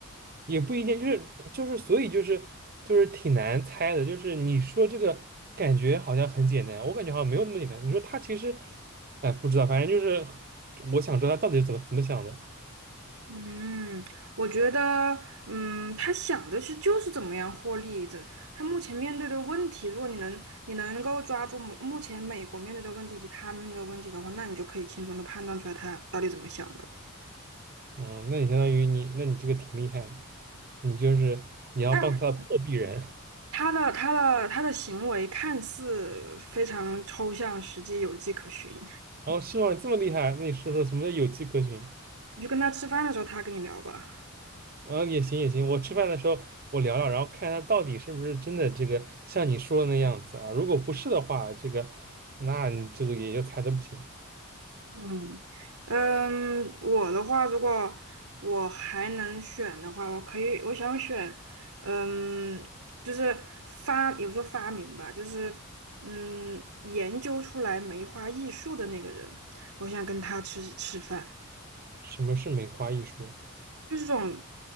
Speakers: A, on the right; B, on the right.
A: 也不一定，就是就是所以就是就是挺难猜的，就是你说这个感觉好像很简单，我感觉好像没有那么简单。你说他其实，哎，不知道，反正就是我想知道他到底是怎么怎么想的。
B: 嗯，我觉得，嗯，他想的是就是怎么样获利的。他目前面对的问题，如果你能你能够抓住目目前美国面对的问题以及他面对的问题的话，那你就可以轻松的判断出来他到底怎么想的了。
A: 嗯，那你相当于你，那你这个挺厉害的，你就是你要当他的破壁人，
B: 但是他的他的他的行为看似非常抽象，实际有迹可循。
A: <laughs> 然后是吗？你这么厉害，那你说说什么叫有迹可循？
B: 你就跟他吃饭的时候，他跟你聊吧。
A: 啊，也行也行，我吃饭的时候我聊聊，然后看他到底是不是真的这个像你说的那样子啊。如果不是的话，这个那你这个也就猜的不行。
B: 嗯嗯，我的话，如果我还能选的话，我可以，我想选，嗯，就是发，也不说发明吧，就是嗯，研究出来梅花易数的那个人，我想跟他吃吃饭，
A: 什么是梅花易数啊
B: 就是这种